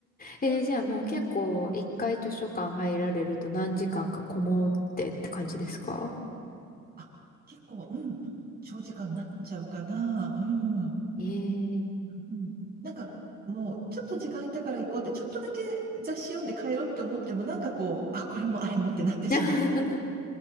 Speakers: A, on the left (about 30°); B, on the right (about 30°).
A: えー、
B: そうそう、
A: じゃあもう結構一回図書館入られると何時間かこもってって感じですか
B: 絶対あ、結構、うん。長時間になっちゃうかな。うん。
A: えー。
B: うん、なんかもうちょっと時間空いたから行こうってちょっとだけ雑誌読んで帰ろうって思ってもなんかこうあこれもあれもってなってしまって
A: <laughs>